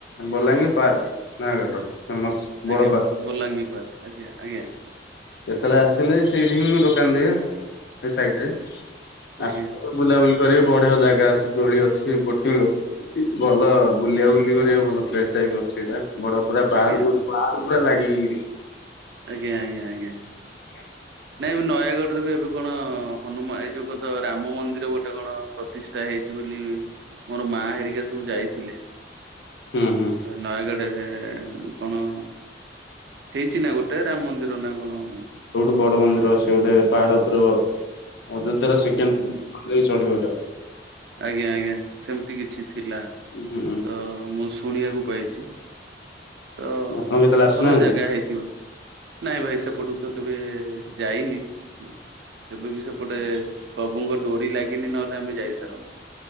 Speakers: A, on the left; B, on the right.
A: ବଲାଙ୍ଗୀ ପାର୍କ ନୟାଗଡର ଫେମସ। ବଡ
B: ଆଜ୍ଞା ବ ବଲାଙ୍ଗୀ ପାର୍କ ଆଜ୍ଞା ଆଜ୍ଞା।
A: କେତେବେଳେ ଆସିଲେ ସେଇଠି ହି ମୁ ଦୋକାନ ଦିଏ ସେ ସାଇଟରେ।
B: ଆଜ୍ଞା
A: ଆସ ବୁଲାବୁଲି କରିବେ ବଢିଆ ଜାଗା ଅଛି ଦୋଳି ଅଛି ବୋଟିଂ ଅଛି। ଭଲ ବୁଲିବା ବୁଲି କରିବାକୁ ଭଲ ପ୍ଲେସ ଟା ବି ଅଛି ସେଇଟା। ବଡପଡା ପାହାଡ଼କୁ
B: ଆଜ୍ଞା
A: ପାହାଡକୁ ପୁରା ଲାଗିକି
B: ଆଜ୍ଞ ଆଜ୍ଞା ଆଜ୍ଞା।
A: <unintelligible>
B: ନାଇଁ ଏବେ ନୟାଗଡ଼ରେ ବି ଏବେ କଣ ହନୁମା ଏଇ ଯୋଉ କଣ ତ ରାମ ମନ୍ଦିର ଗୋଟେ କଣ ପ୍ରତିଷ୍ଠ ଷ୍ଠା ହେଇଛି ବୋଲି ମୋର ମା ହେରିକା ସବୁ ଯାଇଥିଲେ।
A: ହୁଁ ହୁଁ
B: ନୟାଗଡ଼ରେ କଣ ହେଇଛି ନା ଗୋଟେ ରାମ ମନ୍ଦିର ନା କଣ
A: ସବୁଠୁ ବଡ ମନ୍ଦିର ସେ ଗୋଟେ ପାହାଡ ଉପରେ ଅ ଅଯୋଧ୍ୟାର ସେକେଣ୍ଡ
B: ହୁଁ
A: <inaudible> ଚଳିବ ଏଇଟା।
B: ଆଜ୍ଞା ଆଜ୍ଞା ସେମିତି କିଛି ଥିଲା
A: ହୁଁ
B: ତ ମୁଁ ସୁ ଶୁଣିବାକୁ ପାଇଛି ତ
A: ଆପଣ କେତେବେଳେ ଆସିନାହାନ୍ତି?
B: ଭଲ ଜାଗା ହେଇଥିବ। ନାଇଁ ଭାଇ ସେପଟକୁ ତ କେବେ ଯାଇନି। କେବେ ବି ସେପଟେ ପ୍ରଭୁଙ୍କ ଡୋରି ଲାଗିନି ନହେଲେ ଆମେ ଯାଇସାରନ୍ତୁ।